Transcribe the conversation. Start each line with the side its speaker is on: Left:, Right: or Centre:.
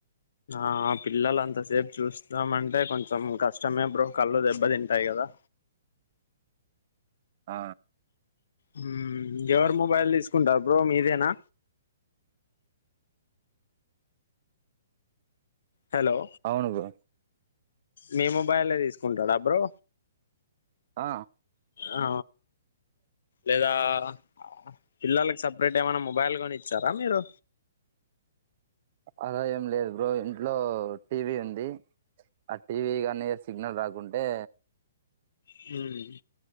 Left: ఆ పిల్లలు అంతసేపు చూస్తామంటే కొంచెం కష్టమే బ్రో కళ్ళు దెబ్బ తింటాయి కదా
Right: ఆ
Left: హ్మ్ ఎవరు మొబైల్ తీసుకుంటారు బ్రో మీదేనా హలో
Right: అవును బ్రో
Left: మీ మొబైలే తీసుకుంటాడు అబ్రో
Right: ఆ
Left: ఆ లేదా అబ్బ పిల్లలకి సపరేట్ ఏమైనా మొబైల్ కొని ఇచ్చారా మీరు
Right: అలా ఏం లేదు బ్రో ఇంట్లో టీవీ ఉంది ఆ టీవీ కానే సిగ్నల్ రాకుండా <unintelligible> పే
Left: హ్మ్